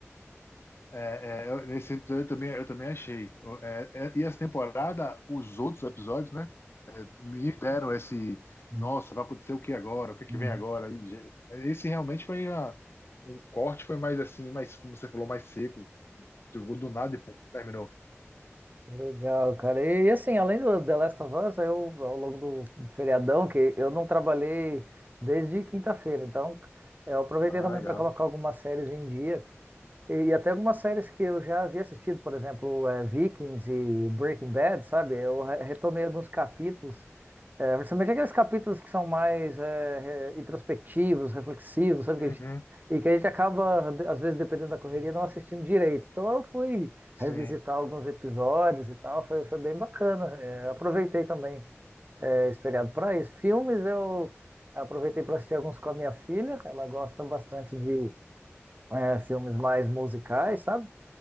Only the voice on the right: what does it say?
Uhum,
uhum.
Legal, cara. E, assim, além do The Last of Us, eu, ao longo do feriadão, que eu não trabalhei desde quinta-feira, então é, eu aproveitei
também
para colocar algumas séries em dia. E, e até algumas séries que eu já havia assistido, por exemplo, é, Vikings e Breaking Bad, sabe? Eu re- retomei alguns capítulos é, principalmente aqueles capítulos que são mais é, re- introspectivos, reflexivos, sabe?
Que a gente- e que a gente acaba, de- às vezes, dependendo da correria, não assistindo direito. Então eu fui
revisitar alguns episódios e tal, foi, foi bem bacana. É, aproveitei também é, esse feriado para isso. Filmes eu aproveitei para assistir alguns com a minha filha, ela gosta bastante de é, filmes mais musicais, sabe?